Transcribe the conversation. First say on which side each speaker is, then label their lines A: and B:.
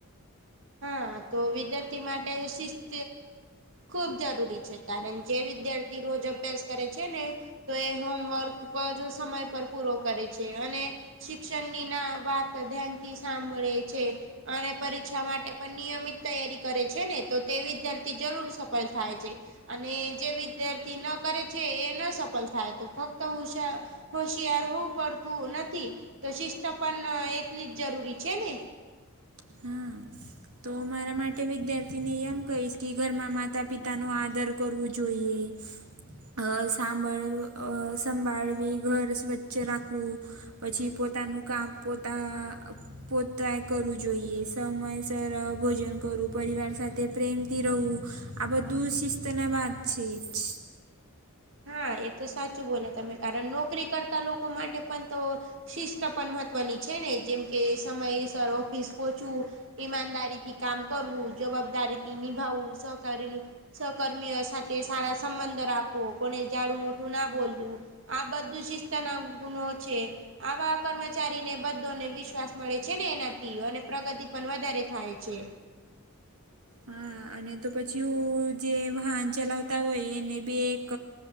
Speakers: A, on the right; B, on the right.
A: હા તો વિદ્યાર્થી માટે શિસ્ત ખૂબ જરૂરી છે કારણ જે વિદ્યાર્થી રોજ અભ્યાસ કરે છે ને તો એ હોમવર્ક પર જો સમય પર પૂરો કરે છે અને શિક્ષણની ના વાત ધ્યાનથી સાંભળે છે અને પરીક્ષા શ્ા માટે પણ નિયમિત તૈયારી કરે છે ને તો તે વિદ્યાર્થી જરૂર સફળ થાય છે અને જે વિદ્યાર્થી ન કરે છે એ ન સફળ થાય તો ફક્ત ઉષા હોશિયાર હોવું પડતું નથી તો શિસ્ત પણ એટલી જ જરૂરી છે ને
B: હા તો મારા માટે વિદ્યાર્થી ને એમ કહીશ કે ઘરમાં માતા પિતા નો આદર કરવું જોઈએ અ સાંભળ સંભાળવી ઘર સ્વચ્છ રાખવું પછી પોતાનું કામ પોતા પોતા એ કરું જોઈએ સમયસર ભોજન કરું પરિવાર સાથે પ્રેમથી રહવું આ દૂધ શીષ તોને વા છે જ
A: હા એ તો સાચું બોલે તમે કારણ નોકરી કરતા લોકો માટે પણ તો શિસ્ત પણ મહત્વની છે ને જેમકે સમયસર ઓફિસ પહચવું ઈમાનદારીથી કામ કરવું જવાબદારીથી નિભાવું સહકારી સહકર્મીઓ સાથે સારા સંબંધો રાખવું કોને જાઝાડું મોઠું ના બોલવું આ બધું શિસ્તના ગુણ છે આવા કર્મચારીને બધોને વિશ્વાસ મળે છે ને એનાથી અને પ્રગતિ પણ વધારે થાય છે
B: હા અને તો પછી જે વાહન ચલાવતા હોય એને બી એક